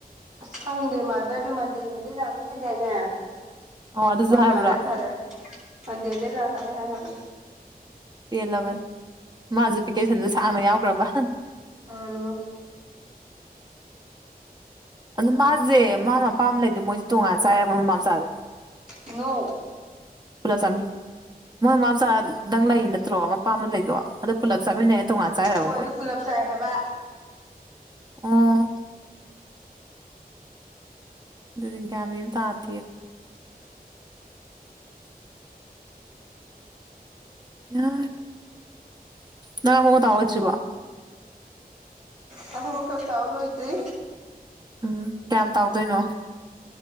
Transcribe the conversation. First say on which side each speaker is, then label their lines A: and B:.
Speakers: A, on the right (about 55°); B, on the right (about 25°).
A: ꯑꯁꯪꯗꯦ ꯃꯥꯗꯔꯅ ꯃꯟꯗꯤꯔ ꯅꯨꯃꯤꯠꯇꯩ ꯂꯥꯛꯅꯤ ꯍꯥꯏꯗꯤꯏꯅꯦ
B: ꯑꯣ ꯑꯗꯨꯁꯨ
A: ꯃꯣꯏ
B: ꯍꯥꯏꯕ꯭ꯔꯣ
A: ꯃꯗꯔ ꯐꯥꯗꯔ ꯃ ꯗꯦꯦ ꯂꯒꯗ ꯍ ꯍꯥꯏ
B: ꯄꯦꯜꯂꯕꯟ ꯃꯥꯁꯦ ꯚꯦꯀꯦꯁꯟꯗ ꯁꯥꯡꯅ ꯌꯥꯎꯈ꯭ꯔꯕ
A: ꯑꯥ
B: ꯑꯗ ꯃꯥꯁꯦ ꯃꯥꯅ ꯃꯄꯥꯝ ꯂꯩꯗ ꯃꯣꯏꯁꯦ ꯇꯣꯡꯉꯥꯟ ꯆꯥꯏꯔ ꯃꯃꯥ ꯃꯆꯥꯁꯦ
A: ꯅ
B: ꯄꯨꯜꯂꯞ ꯆꯥꯃꯤꯟꯅꯩ ꯃꯣꯏ ꯃꯃꯥ ꯃꯆꯥꯗꯪ ꯂꯩ ꯅꯠꯇ꯭ꯔꯣ ꯃꯄꯥ ꯑꯃ ꯂꯩꯗꯣ ꯑꯗꯣ ꯄꯨꯜꯂꯞ ꯆꯥꯃꯤꯟꯅꯩ ꯇꯣꯉꯥꯟ ꯆꯥꯏꯔꯕ
A: ꯍꯣꯏ
B: ꯃꯣꯏꯁꯦ
A: ꯑꯗꯨ ꯄꯨꯂꯞ ꯆꯥꯏ ꯍꯥꯏꯕ
B: ꯑꯥ ꯑꯗꯨꯗꯤ ꯀꯃꯤ ꯇ ꯑꯇꯦ ꯄ ꯅ ꯑꯃ ꯇꯋꯥꯖꯕ
A: ꯇꯃ ꯀ ꯆꯥꯎꯂꯣ ꯏꯗ꯭ꯔꯤ
B: ꯎꯝ ꯀꯌꯥꯝ ꯇꯥꯎꯗꯣꯏꯅꯣ